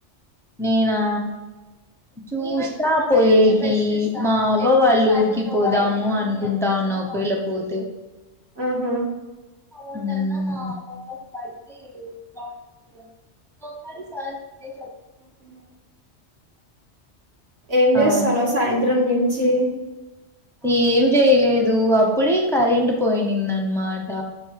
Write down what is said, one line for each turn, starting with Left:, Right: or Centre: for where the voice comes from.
Centre: నేనా చూస్తా పోయేకి మాబ వాళ్ళ ఊరికి పోదాము అనుకుంటా ఉన్నా ఒకవేళ పోతే
Right: ఆహా
Centre: ఒ టన్న నార్మల్ దా అయితే బాగుంటదిగా ఓసారి సదే
Right: <unintelligible> ఏం చేస్తానవ్
Centre: ఆ
Right: సాయంత్రం నుంచి
Centre: ఏం చేయలేదు అప్పుడే కరెంట్ పోయింది అనమాట